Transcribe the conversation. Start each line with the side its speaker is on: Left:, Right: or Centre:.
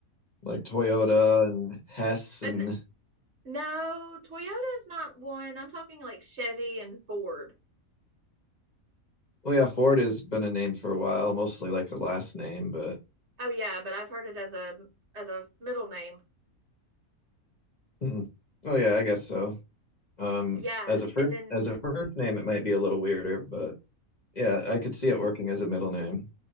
Left: like Toyota and Hess
Right: And
Left: and
Right: no, Toyota's not one. I'm talking like Chevy and Ford.
Left: oh yeah, Ford has been a name for a while, mostly like a last name, but
Right: Oh yeah, but I've heard it as a as a middle name.
Left: hmm. oh yeah, I guess so. Um,
Right: Yeah,
Left: as a first
Right: and then
Left: as a first name, it might be a little weirder, but yeah, I could see it working as a middle name.